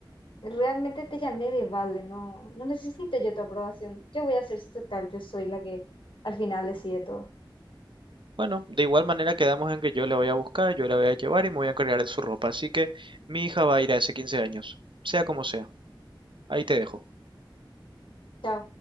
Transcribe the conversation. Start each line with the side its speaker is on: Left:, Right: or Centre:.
Left: Realmente te llamé de vale, no, no necesito yo tu aprobación, yo voy a hacer si total, yo soy la que al final decide todo.
Right: Bueno, de igual manera quedamos en que yo la voy a buscar, yo la voy a llevar y me voy a encargar de su ropa, así que mi hija va a ir a ese 15 años, sea como sea. Ahí te dejo.
Left: Chao.